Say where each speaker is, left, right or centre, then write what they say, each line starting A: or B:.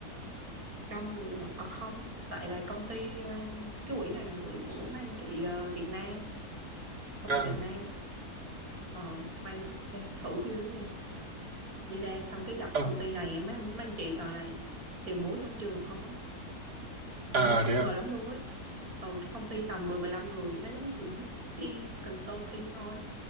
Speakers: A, on the right; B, on the right.
A: Đông người hả? À, không, tại là công ty ờ, cái quỹ này là quỹ của mấy anh chị ờ, Việt Nam, công
B: à
A: ty Việt Nam. Ờ, may ê, thử duyên lắm nha. Đi ra xong cái gặp
B: ờ
A: công ty này mấy anh, mấy anh chị toàn là tiền bối trong trường không á. Ê,
B: à
A: bất
B: thế à
A: ngờ lắm luôn á. Ừ, cái công ty tầm 10 15 người nó giống như kiểu một cái team consulting thôi.